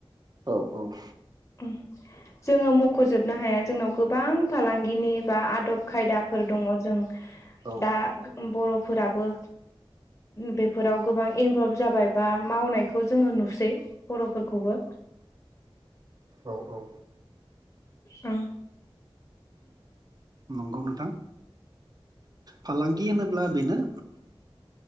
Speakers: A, on the right (about 40°); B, on the left (about 25°).
A: औ औ
B: उम जोङो मख'जोबनो हाया जोंनाव गोबां फालांगिनि बा आदब खायदाफोर दङ जों
A: औ
B: दा बर'फोराबो बेफोराव गोबां इनभल्भ जाबाय बा मावनायखौ जोङो नुसै बर'फोरखौबो
A: औ औ
B: ओं
A: नंगौ नोंथां फालांगि होनोब्ला बेनो